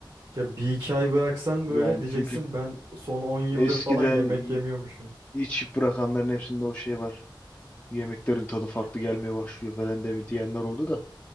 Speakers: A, on the right; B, on the left.
A: Ya bir iki ay bıraksan böyle
B: Yani
A: diyeceksin
B: çünkü
A: ben son 10 yıldır
B: eskiden
A: falan yemek yemiyormuşum.
B: içip bırakanların hepsinde o şey var. yemeklerin tadı farklı gelmeye başlıyor falan de diyenler oldu da